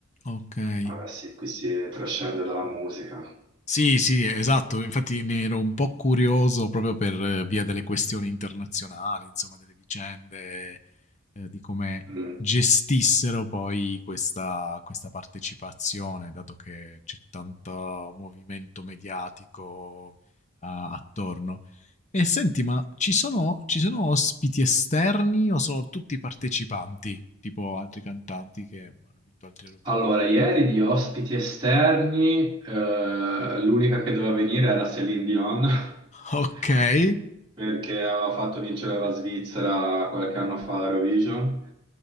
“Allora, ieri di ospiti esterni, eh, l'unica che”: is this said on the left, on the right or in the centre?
Right